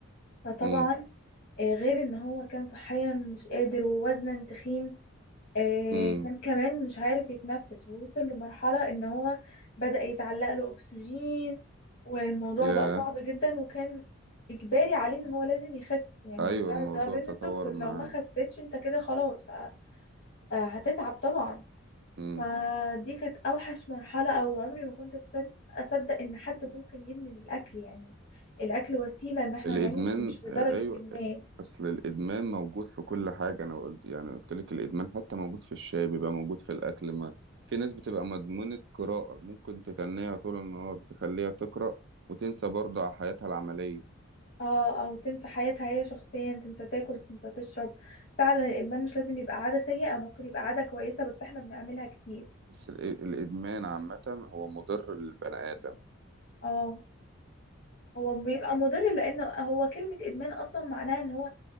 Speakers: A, on the left; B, on the right.
A: فطبعا
B: امم
A: آه، غير ان هو كان صحيا مش قادر ووزنا تخين آه،
B: امم
A: كان كمان مش عارف يتنفس ووصل لمرحلة ان هو بدأ يتعلق له اكسجين والموضوع
B: يا
A: بقى صعب جدا وكان اجباري عليه ان هو لازم يخس يعني
B: ايوه
A: ده
B: الموضوع
A: ده من
B: تطور
A: الدكتور
B: معاه
A: لو ما خسيتش انت كده خلاص ه- آه، هتتعب طبعا
B: امم
A: فدي كانت اوحش مرحلة او عمري ما كنت أتصد- اصدق ان حد ممكن يدمن الاكل يعني الاكل وسيلة ان احنا
B: الادمان
A: نعيش مش لدرجة
B: ايوه
A: ادمان
B: اصل الادمان موجود في كل حاجه انا قلت يعني قلت لك الادمان حتى موجود في الشاي بيبقى موجود في الاكل ما في ناس بتبقى مدمنه قراءه ممكن تتنيها طول النهار تخليها تقرا وتنسى برضه على حياتها العمليه
A: اه او تنسى حياتها هي شخصيا تنسى تاكل تنسى تشرب فعلا الادمان مش لازم يبقى عاده سيئه ممكن يبقى عاده كويسه بس احنا بنعملها كتير
B: بس الإ- الادمان عامه هو مضر للبني ادم
A: اه هو بيبقى مضر لان هو كلمه ادمان اصلا معناها ان هو